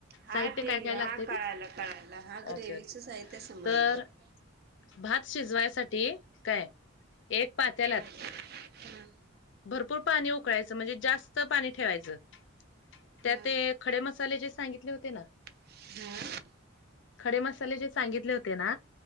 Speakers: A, on the right; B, on the left.
A: हां
B: साहित्य
A: ठीक
B: काय काय
A: आहे
B: लागतय
A: हां कळालं
B: ते
A: कळालं हां ग्रेव्हीचं
B: ओके ओके
A: साहित्य समजलं
B: तर भात शिजवायसाठी काय एक पातेल्यात
A: हां हां
B: भरपूर पाणी उकळायच म्हणजे जास्त पाणी ठेवायचं. त्यात
A: हां
B: ते खडे मसाले जे सांगितले होते ना
A: हां
B: खडे मसाले जे सांगितले होते ना